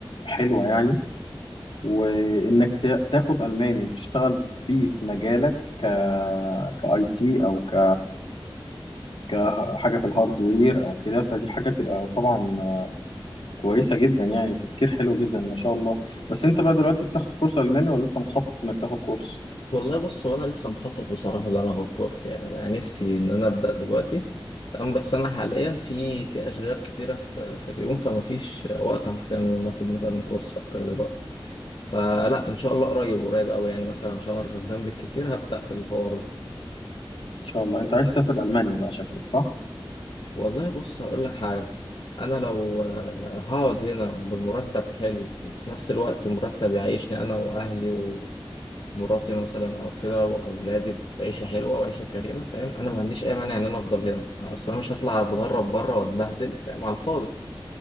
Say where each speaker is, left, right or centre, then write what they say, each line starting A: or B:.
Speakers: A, on the left (about 80°); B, on the left (about 65°).
A: حلوة يعني وانك تا- تاخد الماني وتشتغل بيه في مجالك ك كاي تي او ك كحاجه في الهاردوير او كده فدي حاجه تبقى طبعا كويسه جدا يعني تفكير حلو جدا ما شاء الله بس انت بقى دلوقتي بتاخد كورس الماني ولا لسه مخطط انك تاخد كورس
B: والله بص هو انا لسه مخطط بصراحة ان انا اخد كورس يعني انا نفسي ان انا ابدأ دلوقتي تمام بس انا حاليا في في اشغال كتيرة في في اليوم فما فيش وقت حرفيا ان انا اخد مثلا كورس او كده دلوقتي فلا ان شاء الله قريب قريب قوي يعني مثلا شهر شهرين بالكتير هبدأ في الحوار ده
A: ان شاء الله انت عايز تسافر المانيا بقى شكلك صح
B: والله بص هقول لك حاجة أنا لو آه، هقعد هنا بمرتب حلو وفي نفس الوقت مرتب يعيشني أنا وأهلي ومراتي مثلا أو كده وأولادي بعيشة حلوة وعيشة كريمة فاهم أنا ما عنديش أي مانع إن أنا أفضل هنا أصل أنا مش هطلع أتغرب بره وأتبهدل فاهم على الفاضي